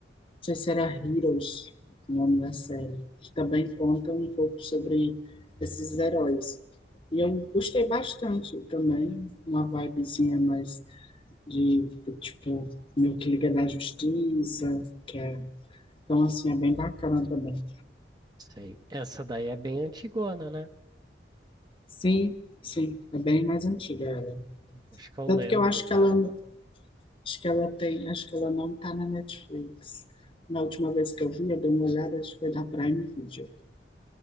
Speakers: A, on the left; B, on the right.
A: sei se era Heroes, o nome da série, que também conta um pouco sobre esses heróis. E eu gostei bastante também, uma vibezinha mais de, tipo, meio que Liga da Justiça, que é... Então, assim, é bem bacana também.
B: Sei. Essa daí é bem antigona, né?
A: Sim, sim, é bem mais antiga ela.
B: Acho que eu
A: Tanto
B: lembro
A: que eu acho
B: dela.
A: que ela Acho que ela tem, acho que ela não tá na Netflix. Na última vez que eu vi, eu dei uma olhada, acho que foi na Prime Video.